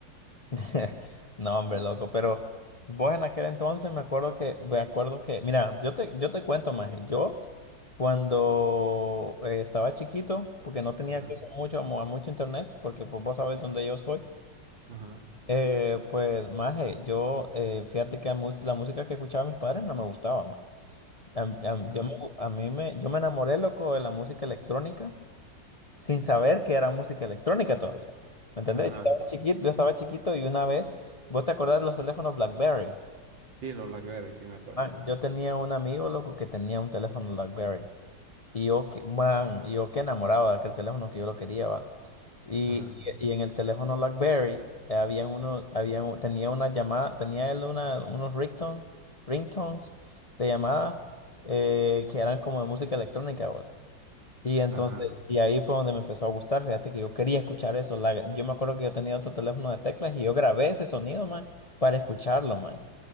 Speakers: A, on the left; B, on the right.
A: <laughs> No, hombre, loco, pero vos en aquel entonces me acuerdo que, me acuerdo que, mira, yo te, yo te cuento más, yo cuando eh, estaba chiquito, porque no tenía
B: Ajá,
A: acceso mucho, a mu- a mucho internet, porque pues vos sabés dónde yo soy,
B: ajá,
A: eh, pues, maje, yo, eh, fíjate que la mus- la música que escuchaba mis padres no me gustaba, más A, a-
B: ajá,
A: yo me, a mí me, yo me enamoré, loco, de la música electrónica sin saber que era música electrónica todavía. ¿Me entendés?
B: ajá.
A: Yo estaba chiquito, yo estaba chiquito y una vez, ¿vos te acordás de los teléfonos BlackBerry?
B: Sí, los Blackberry, sí me acuerdo.
A: Man, yo tenía un amigo, loco, que tenía un teléfono BlackBerry. Y yo, que- man, y yo que enamoraba de aquel teléfono que yo lo quería, va. Y,
B: Ajá,
A: y, y en el teléfono BlackBerry eh, había uno, había un- tenía una llamada, tenía él una, unos ringtone- ringtones de llamada eh, que eran como de música electrónica, vos. Y entonces,
B: ajá.
A: y ahí fue donde me empezó a gustar. Fíjate que yo quería escuchar eso. la- yo me acuerdo que yo tenía otro teléfono de teclas y yo grabé ese sonido, man, para escucharlo, man.